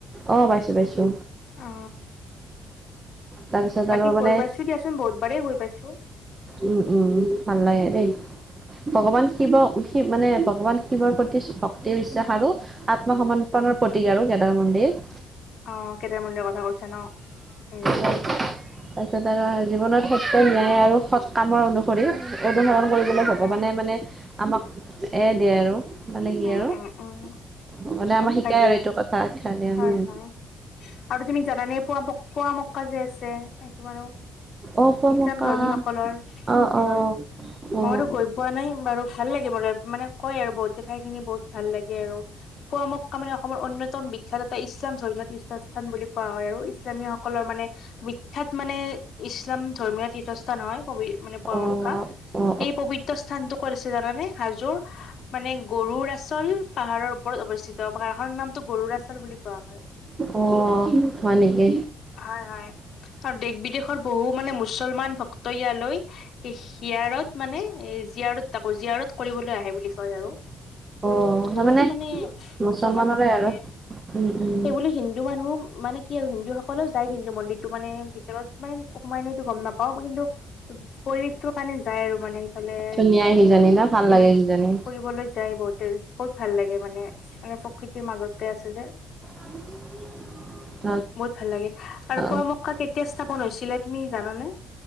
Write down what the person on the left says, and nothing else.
অ
বাকী
গৈ পাইছো দিয়াচোন বহুতবাৰেই গৈ পাইছো।
আহ কেদাৰ মলিৰ কথা কৈছে ন উম।
হয়
হয়
উম
উম উম
উৎসাহ
দিয়ে
হয়
হয় আৰু তুমি জানানে পোৱা পোৱামক্কা যে আছে সেইটো মানো।
ইছলাম ধৰ্মী সকলৰ
মন্দিৰ
হয়
মইতো গৈ। পোৱা নাই বাৰু ভাল লাগে ম মানে কয় আৰু বহুত ঠাই খিনি বহুত ভাল লাগে আৰ পোৱামক্কা মানে অসমৰ অন্যতম। তাত এটা ইছলাম জৰ্ণ তীৰ্থস্থান বুলি কোৱা হয় আৰু ইছলামীয়সকলৰ মানে। বিখ্যাত মানে। ধৰ্মীয় তীৰ্থস্থান হয় মানে পোৱামক্কা
এই প্ৰবিত্ৰ। স্থানতটো কৰিছে জানানে? হাজোৰ মানে গৰুৰ আচল পাহাৰৰ। ওপৰত অৱস্থিত। পাহাৰখনৰনামটো গৰুৰাচল বুলি কোৱা হয়।
হয় হয় আৰু দেশ বিদেশৰ বহু মানে মুছলমান। তৈয় লৈ শিয়াৰত মানে এ জীয়াৰত তাকো জীয়ত কৰিবলৈ আহে বুলি। বিষয় আৰু।
ভগোলটো
মানে
মুছলমান ভক্তহে
সেইবুলি। হিন্দু মানুহো মানে কি আৰু হিন্দু সকলেও যায় কিন্তু মন্দিৰতটো মানে। <unintelligible> সোমাই <unintelligible> গম নাপাওঁ কিন্তু। পৰিৱেশটো কাৰণে যায় আৰু মানে ইফালে।
উম,
ফুৰিবলৈ যায় বহুতে। বহুত ভাল লাগে মানে এ প্ৰকৃতিৰ মাজতে আছিলে।
বহুত ভাল লাগে আৰু
পোৱামক্কা কেতিয়া স্থাপন হৈছিলে তুমি জানানে?